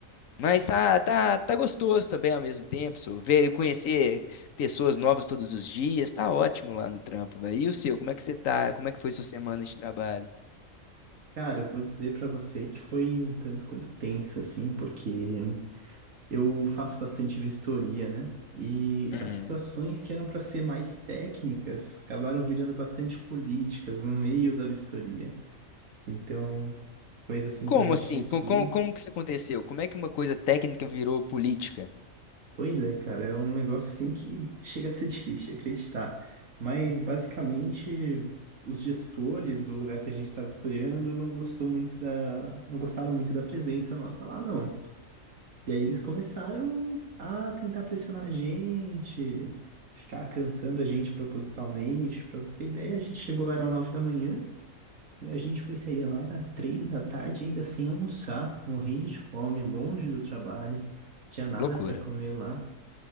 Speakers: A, on the left (about 75°); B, on the right (about 70°).
A: Mas tá, tá, tá gostoso também ao mesmo tempo, so. Ver, conhecer pessoas novas todos os dias, tá ótimo lá no trampo, velho. E o seu, como é que você tá? Como é que foi sua semana de trabalho?
B: Cara, eu vou dizer pra você que foi um tanto quanto tensa, assim, porque eu faço bastante vistoria, né? E
A: Uhum.
B: as situações que eram pra ser mais técnicas acabaram virando bastante políticas no meio da vistoria. Então, coisa assim
A: Como
B: que a gente
A: assim?
B: chegou.
A: Com- com- como que isso aconteceu? Como é que uma coisa técnica virou política?
B: Pois é, cara, é um negócio assim que chega a ser difícil de acreditar. Mas basicamente os gestores do lugar que a gente estava vistoriando não gostou muito da, não gostaram muito da presença nossa lá, não. E aí eles começaram a tentar pressionar a gente, ficar cansando a gente propositalmente. Pra você ter ideia, a gente chegou lá era nove da manhã e a gente foi sair lá era três da tarde ainda sem almoçar, morrendo de fome, longe do trabalho, tinha nada
A: Loucura.
B: para comer lá.